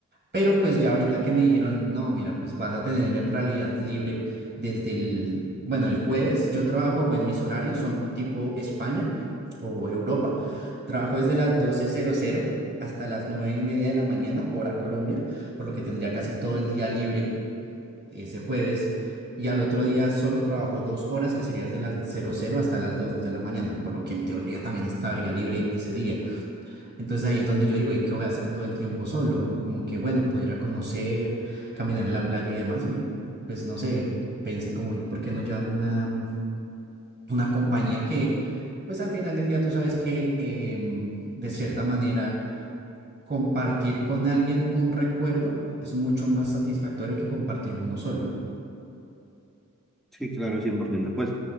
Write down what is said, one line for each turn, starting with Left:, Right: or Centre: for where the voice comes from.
Right: Pero pues ya ahorita que me dijeron, no, mira, pues vas a tener en realidad libre desde el, bueno, el jueves. Yo trabajo, bueno, mis horarios son tipo España o Europa. Trabajo desde las 12.00 hasta las 9 y media de la mañana, hora Colombia, por lo que tendría casi todo el día libre ese jueves y al otro día solo trabajó dos horas, que sería desde las cero cero hasta las 2 de la mañana, por lo que en teoría también estaría libre ese día. Entonces ahí es donde yo digo, ¿y qué voy a hacer todo el tiempo solo? Como que bueno, puedo ir a conocer, caminar en la playa y demás y pues no sé, pensé como, ¿y por qué no llevar una, mm, una compañía que pues al final del día tú sabes que em, de cierta manera compartir con alguien un recuerdo es mucho más satisfactorio que compartirlo uno solo.
Centre: Sí, claro, cien por ciento Pues